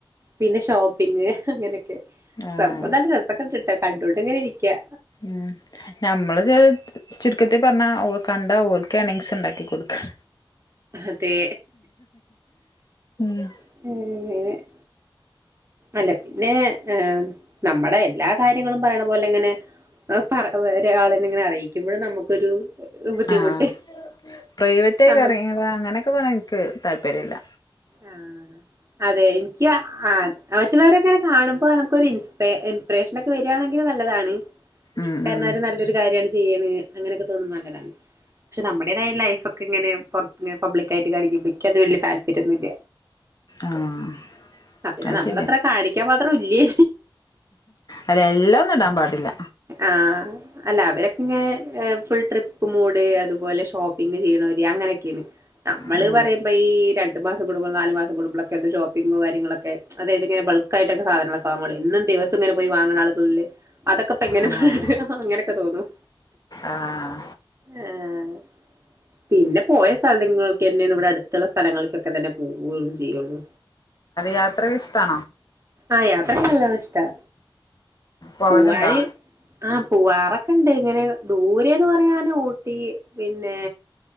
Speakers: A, on the right; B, on the left.
A: പിന്നെ ഷോപ്പിങ് അങ്ങനൊക്കെ
B: ആഹ്
A: സംഭവം നല്ല രസക്കെ ഇണ്ട്ട്ടാ കണ്ടോണ്ട് ഇങ്ങനെ ഇരിക്കാ
B: ഉം നമ്മള് ചുരുക്കത്തിൽ പറഞ്ഞാ <unintelligible> കണ്ടാ ഓൽക്ക് എണിങ്സ് ഉണ്ടാക്കി കൊടുക്കാ
A: അതെ
B: <unintelligible>
A: <unintelligible> അല്ലെ പിന്നെ ഏഹ് നമ്മുടെ എല്ലാ കാര്യങ്ങളും പറയണ പോലെ അങ്ങനെ <unintelligible> ഒരാളെ ഇങ്ങനെ അറിയിക്കുമ്പോഴും നമുക്കൊരു ബുദ്ധിമുട്ട്
B: ആഹ് പ്രൈവറ്റായി
A: നമ്മ
B: ക <unintelligible> അങ്ങനെയൊക്കെ പറയാൻ എനിക്ക് താല്പര്യമില്ല
A: ആഹ് അതെ എനിക്ക് ആ മറ്റുള്ളവരങ്ങനെ കാണുമ്പോ നമുക്ക് ഇൻസ്പെ ഇൻസ്പിറേഷൻ ഒക്കെ വരികയാണെങ്കിൽ നല്ലതാണ്
B: ഉം
A: കാരണം
B: ഉം
A: അവര് നല്ലൊരു കാര്യാണ് ചെയ്യണ് അങ്ങനെയൊക്കെ തോന്നുന്നത് നല്ലതാണ് പക്ഷെ നമ്മുടേതായ ലൈഫ് ഒക്കെ ഇങ്ങനെ പൊറ ഇങ്ങനെ പബ്ലിക്കായിട്ട് കാണിക്കുമ്പോയ്ക്ക് അത് വലിയ താല്പര്യൊന്നില്ല
B: ആഹ്
A: ആഹ് പിന്നെ
B: അത്
A: നമ്മള്
B: ശരിയാ
A: അത്ര കാണിക്കാൻ മാത്രം ഇല്ലേ
B: അല്ല എല്ലാം ഒന്നും ഇടാൻ പാടില്ല
A: ആഹ് അല്ല അവരൊക്കെ ഇങ്ങനെ ഫുൾ ട്രിപ്പ് മൂഡ് അതുപോലെ ഷോപ്പിങ് ചെയ്യണോര് അങ്ങനെയൊക്കെയാണ് നമ്മള്
B: ഉം
A: പറയുമ്പോ ഈ രണ്ട് മാസം കൂടുമ്പോ നാല് മാസം കൂമ്പോളൊക്കെ എന്ത് ഷോപ്പിംഗും കാര്യങ്ങളൊക്കെ അതായത് ഇങ്ങനെ ബൾക്കായിട്ടൊക്കു സാധനങ്ങള എന്നും ദിവസം ഇങ്ങനെ പോയി വാങ്ങണ അതൊക്കെ ഇപ്പ എങ്ങനെ
B: ആഹ്
A: അങ്ങനൊക്കെ തോന്നും
B: ആഹ്
A: ആഹ് പിന്നെ പോയ സ്ഥലങ്ങൾക്കെന്നെയാണ് ഇവിടെ അടുത്തുള്ള സ്ഥലങ്ങൾക്കൊക്കെ തന്നെ പോവുകയും ചെയ്യുള്ളു
B: യാത്ര ഇഷ്ടാ
A: ആഹ് യാത്രയൊക്കെ നല്ലോണം ഇഷ്ടാ
B: പോവലുണ്ടോ
A: പൂവാന് ആഹ് പൂവാറൊക്കെ ഉണ്ട് ഇങ്ങനെ ദൂരെന്ന് പറയാന് ഊട്ടി പിന്നെ